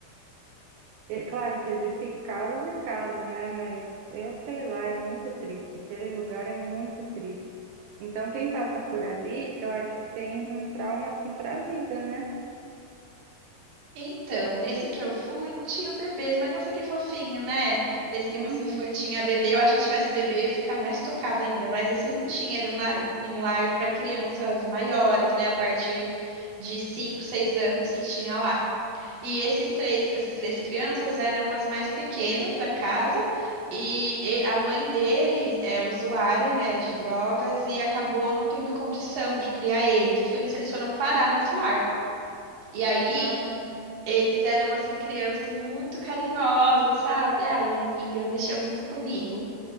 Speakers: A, on the right; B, on the right.
A: É Claro que existem casos e casos, né? Mas eu sei lá, é muito triste. Aquele lugar é muito triste. Então, quem passa por ali, eu acho que tem um trauma assim para a vida, né?
B: Então, nesse que eu fui, não tinham bebês, mas nossa, que fofinho, né? Esse que
A: Uhum.
B: você foi tinha bebê. Eu acho que se tivesse bebê eu ia ficar mais tocada ainda, mas esse não tinha, era um lar, um lar para crianças maiores, né? A partir de 5 6 anos que tinha lá. E esses três, essas três crianças eram as mais pequenas da casa, e, e a mãe deles é usuária, né, de drogas e acabou não tendo condição de criar eles. Por isso eles foram parar nesse lar. E aí
A: Ah,
B: eles eram assim crianças muito carinhosas, sabe? Ai, amiga, mexeu muito comigo.